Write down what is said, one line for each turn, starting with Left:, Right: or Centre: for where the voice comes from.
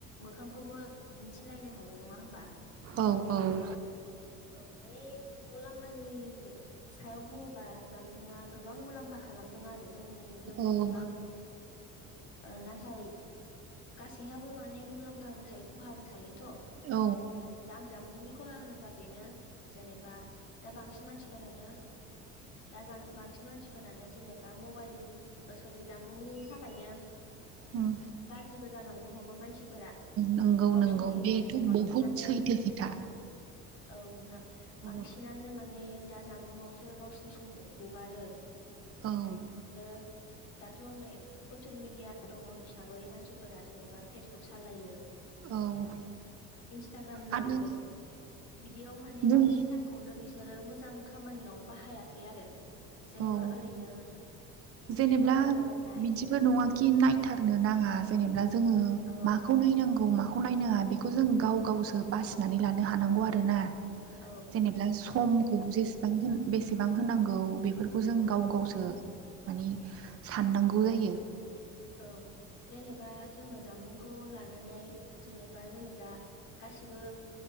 Left: मोखांखौबो दिन्थिलायनो हायो नङा होमबा
Right: औ औ
Left: औ माने मुलामफानि सायाव बुङोबा जानबुंङा गोबां मुलाम्फा खालामदों आरो जोंनि जोंखौ
Right: औ
Left: गोबां ओ नाथाय गासैहाबो माने मुलाम्फाबो थायो खहाबो थायो। थ
Right: औ
Left: दा आं जामबुंनि खहा होनोबा होमबा बेनो जेनेबा दा बांसिन मानसिफोरानो दा बांसिन मानसिफोरानो जेनेबा मबाइलनि सरि जामबुंनि थाखायनो
Right: ओम
Left: गाज्रिबो जालांनो हमो मानसिफोरा
Right: नंगौ
Left: गावसिनि
Right: नंगौ बेथ'
Left: समखौ बांसिनानो
Right: बहुद सैथो खोथा
Left: <inaudible> औ नोंथां
Right: औ
Left: बांसिनानो माने दा जामबुंआवसो गावसिनि समखौ हगारो।
Right: औ
Left: आरो दाथ' नै ससियेल मिडिया दङ हिसाबै मानसिफोरा जेनेबा फेसबुक सालायो।
Right: औ
Left: इन्स्टाग्राम नायो,
Right: आरो
Left: बिदियाव माने
Right: बुं
Left: बांसिन टाइमखौनो बिसोरो मोजां खामानियाव बाहायाखै आरो। जेरेबा
Right: औ
Left: ओरैनो
Right: जेनेब्ला
Left: भिडिअ' नायलाबायनाय
Right: बिदिबो
Left: बेबायदि
Right: नङााखि नायथारनो नाङा जेनेब्ला जोङो
Left: औ
Right: माखौ नायनांगौ माखौ नायनाङा बेखौ जों गाव गावसो बासिनानै लानो हानांगौ आरो ना।
Left: औ
Right: जेनेबा समखौ जेसेबां होन बे बेसेबां होनांगौ बेफोरखौ जों गाव गावसो मानि साननांगौ जायो।
Left: औ जेनेबा जोङो जामबुंखौ लानानै जेनेबा जोङो दा गासिबो